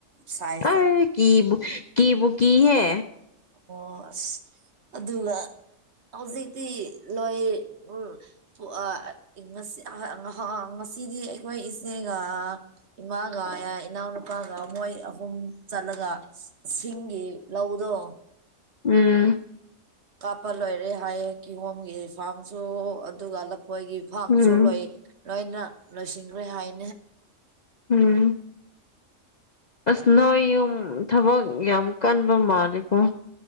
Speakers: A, on the right (about 60°); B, on the left (about 45°).
A: ꯁꯥꯏꯖꯇ
B: ꯑꯩ ꯀꯤꯕꯨ ꯀꯤꯕꯨ ꯀꯤꯍꯦ
A: ꯑꯣ ꯑꯁ ꯑꯗꯨꯒ ꯍꯧꯖꯤꯛꯇꯤ ꯂꯣꯏ ꯎ ꯎ ꯑꯥ ꯉꯁꯤ ꯍ ꯉꯍꯥ ꯉꯁꯤꯗꯤ ꯑꯩꯈꯣꯏ ꯏꯆꯦꯒꯥ ꯏꯃꯥꯒ ꯌꯥ ꯏꯅꯥꯎꯅꯨꯄꯥꯒ ꯃꯣꯏ ꯑꯍꯨꯝ ꯆꯠꯂꯒ ꯁꯤꯡꯒꯤ ꯂꯧꯗꯣ
B: ꯎꯝ
A: ꯀꯥꯞꯄ ꯂꯣꯏꯔꯦ ꯍꯥꯏꯌꯦ ꯀꯤꯍꯣꯝꯒꯤ ꯐꯥꯝꯁꯨ ꯑꯗꯨꯒ ꯂꯐꯣꯏꯒꯤ ꯐꯥꯝꯁꯨ
B: ꯎꯝ
A: ꯂꯣꯏ ꯂꯣꯏꯅ ꯂꯣꯏꯁꯤꯟꯈ꯭ꯔꯦ ꯍꯥꯏꯅꯦ
B: ꯎꯝ ꯑꯁ ꯅꯣꯏ ꯌꯨꯝ ꯊꯕꯛ ꯌꯥꯝ ꯀꯟꯕ ꯃꯥꯂꯤꯀꯣ